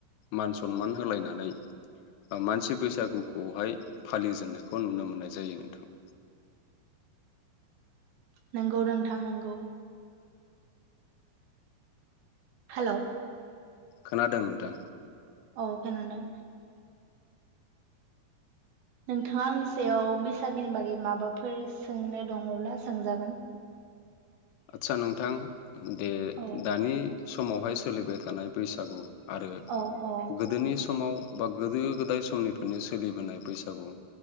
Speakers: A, on the left; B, on the right.
A: मान सनमान होलायनानै ओ मानसि बैसागुखौहाय फालिजेननायखौ नुनो मोननाय जायो नोंथां।
B: नोंगौ नोंथां नोंगौ हेलौ
A: खोनादों नोंथां
B: औ खोनादों नोंथाङा आंनि सायाव बैसागोनि बागै माबाफोर सोंनो दङब्ला सोंजागोन
A: आदसा नोंथां दे
B: औ
A: दानि समावहाय सोलिबाय थानाय बैसागु आरो
B: औ औ
A: गोदोनि समाव बा गोदो गोदाय समनिफ्रायनो सोलिबोनाय बैसागु